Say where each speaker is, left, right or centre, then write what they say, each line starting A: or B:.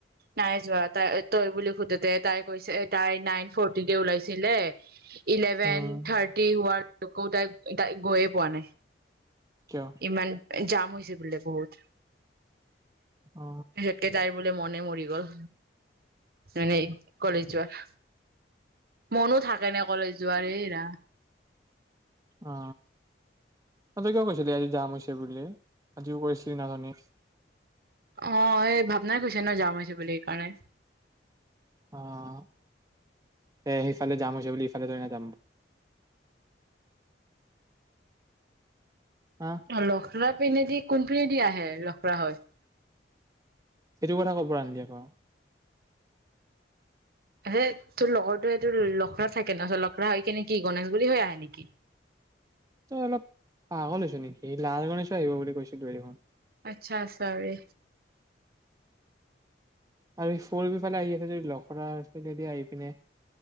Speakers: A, on the right; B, on the right.
A: নাই যোৱা তাই তই বুলি সোধোতে তাই কৈছে তাই নাইন ফৰটি তে ওলাইছিলে ইলেভেন
B: উম
A: থাৰ্টি হোৱাৰ ত কৌ তাই তাই গৈয়ে পোৱা নাই
B: কিয়
A: ইমান জাম হৈছে বোলে বহুত
B: অ
A: হেইতে তাই বোলে মনে মৰি গ'ল মান কলেজ যোৱাৰ মনো থাকে নে কলেজ যোৱাৰ এইৰা
B: অ তাতে কিয় কৈছিলি আজি যাম হৈছে বুলি আজিও কৰিছিলি নাজানি
A: অ এই ভাৱনাই কৈছে ন যাম হৈছে বুলি সেইকাৰণে
B: আহ এ সেইফালে যাম হৈছে বুলি ইফালে থৰে না যাম হা
A: লখৰাত ইপিনেদি কোনপিনেদি আহে লখৰা হৈ
B: সেইটো কথা ক'ব আন দিয়া আকৌ
A: সেই তোৰ লগৰটো সেইটোৰ লখৰা থাকে ন লখৰা হৈ কি নেকি গণেশগুৰি হৈ আহে নেকি
B: তই অলপ পাগলছ নেকি লালগনেশ আহিব বুলি কৈছিলো দেখোন
A: আটচা চ'ৰি
B: আৰু ফৰ এ প ফালে আহি আছে যদি লখৰা পিনে দি আহি পিনে,